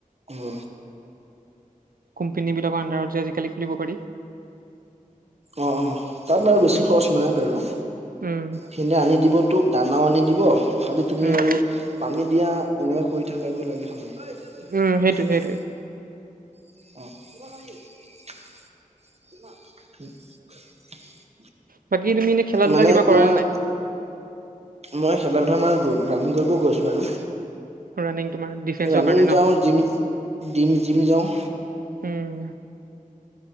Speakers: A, on the right; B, on the right.
A: অহ '।
B: কোম্পানী বিলাকৰ আন্ধাৰত যে আজিকালি খুলিব পাৰি।
A: অ, অ তাত বাৰু বেছি
B: উম,
A: খৰচ নাই বাৰু।
B: উম,
A: সেইে আনি দিবতো দানা আনি দিব খালি তুমি
B: উম,
A: আৰু পানী দিয়া এনে কৰি থাকিব লাগে সদায়।
B: উম, সেইটোৱে সেইটোৱে
A: অ'। <unintelligible>
B: বাকী তুমি এনেই খেলা- ধূলা
A: মানে
B: কিবা কৰা
A: তোমাৰ
B: নে নাই?
A: মই খেলা ধূলা মানে ৰাণিং কৰিবও গৈছো আৰু
B: ৰানিং তোমাৰ ডিফেন্সৰ
A: ৰুনিং
B: কাৰণে ন
A: যাওঁ, জিম, ডিম, জিম যাওঁ।
B: উম।